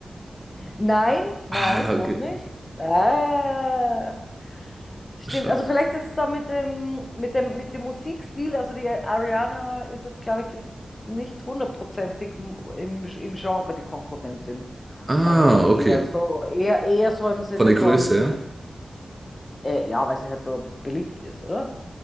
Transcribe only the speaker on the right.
Ah,
okay,
okay,
schade.
Ah,
okay,
von der
Größe, her.